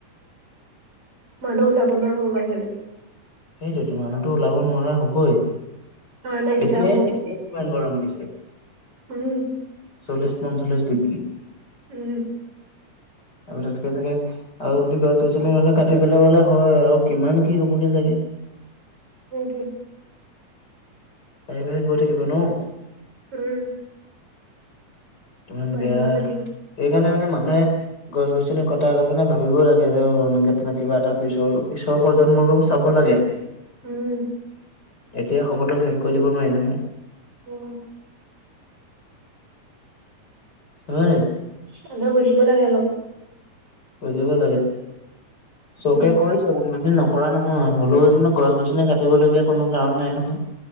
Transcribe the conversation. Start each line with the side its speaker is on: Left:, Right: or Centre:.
Right: মানুহ ওলাব নোৱাৰা হ'ব বাহিৰলৈ।
Left: সেইটোৱেটো মানুহতো ওলাব নোৱাৰা হ'বই,
Right: হাঁহ নাইকিয়া
Left: এতিয়াই,
Right: হব
Left: এতিয়াই কিমান গৰম দিছে।
Right: উম।
Left: চল্লিছ পঞ্চল্লিছ ডিগ্ৰী।
Right: উম।
Left: আৰু তাতকে চাগে, আৰু যদি গছ গছনি হ'লে কাটি পেলাবলে হয় আৰু কিমান কি হ'বগে চাগে।
Right: ক <unintelligible>
Left: প ভ গৈ <unintelligible> থাকিব ন'।
Right: উম।
Left: ইমান
Right: বাহিৰ
Left: বেয়া,
Right: হৈ গৈ থাকিব
Left: সেইকাৰণে মানে মানুহে গছ-গছনি কটাই গাত মানে ভাবিবও লাগে, যে কিবা এটা পিছৰ, পিছৰ প্ৰজন্মলৈও চাব লাগে। <inaudible>
Right: উম।
Left: এতিয়া সকলোৱে শেষ কৰি দিব নোৱাৰি নহয়।
Right: উম।
Left: হয়নে?
Right: মানহে বুজিব লাগে অলপ।
Left: বুজিব লাগে, চৰকাৰে
Right: উম
Left: কৈ চাব মি ন <unintelligible> কৰা নহয়, হ'লেও যেনো গছ গছনি কাটিবলগীয়া কোনো কাৰণ নাই নহয়।